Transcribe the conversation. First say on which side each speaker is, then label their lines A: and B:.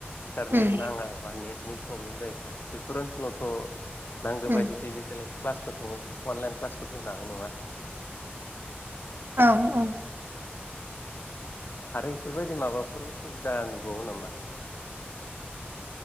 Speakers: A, on the left; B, on the right.
A: इथार
B: उम
A: ने नांगा बा नेट नि प्रब्लेम जायो बेफोर ओनसोलावथ' नांगौ
B: उम
A: बायदि डिटेलाइस क्लासखोथ' अनलाइन क्लासखौथ' होनाय नङा
B: औ औ
A: आरो इफोरबायदि माबाफोर उसुबिदा नुबावो नामा